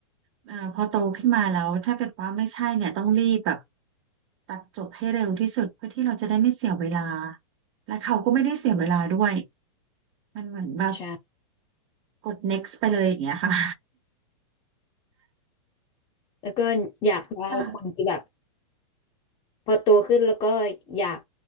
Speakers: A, on the right; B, on the left.
A: เอ่อพอโตขึ้นมาแล้วถ้าเกิดว่าไม่ใช่เนี่ยต้องรีบแบบตัดจบให้เร็วที่สุดเพื่อที่เราจะได้ไม่เสียเวลาและเขาก็ไม่ได้เสียเวลาด้วยมันเหมือนแบบ
B: ใช่
A: กด next ไปเลยอย่างเงี้ยค่ะ
B: แล้วก็อยากได้คนที่แบบ
A: ค่ะ
B: พอโตขึ้นแล้วก็อยาก